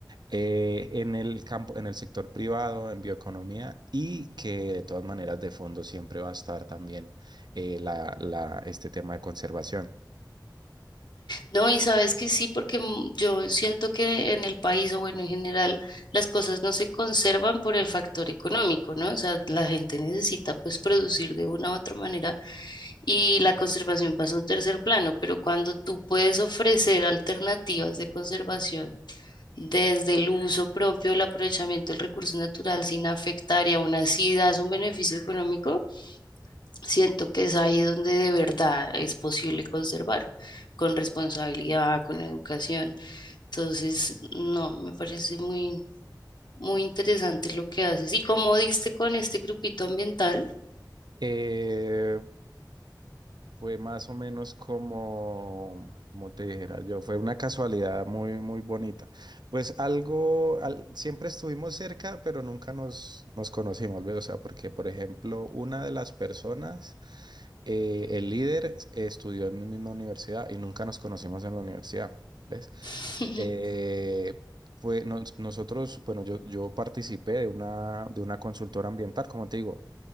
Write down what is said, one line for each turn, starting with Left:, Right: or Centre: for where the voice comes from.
Right: eh, en el campo, en el sector privado, en bioeconomía, y que de todas maneras de fondo siempre va a estar también eh, la, la- este tema de conservación.
Left: No, y sabes que sí, porque mm, yo siento que en el país, o bueno, en general, las cosas no se conservan por el factor económico, ¿no? O sea, la gente necesita pues producir de una u otra manera y la conservación pasa a un tercer plano, pero cuando tú puedes ofrecer alternativas de conservación desde el uso propio, el aprovechamiento del recurso natural sin afectar y aún así das un beneficio económico, Siento que es ahí donde de verdad es posible conservar, con responsabilidad, con educación. Entonces, no, me parece muy, muy interesante lo que haces. Y como diste con este grupito ambiental,
Right: Eh, Fue más o menos como, como te dijera yo, fue una casualidad muy, muy bonita. Pues algo, al- siempre estuvimos cerca, pero nunca nos, nos conocimos, ¿ves? O sea, porque, por ejemplo, una de las personas, eh, el líder, eh, estudió en mi misma universidad y nunca nos conocimos en la universidad, ¿ves?
Left: <laughs>
Right: Eh, fue, nos- nosotros, bueno, yo, yo participé de una, de una consultora ambiental, como te digo.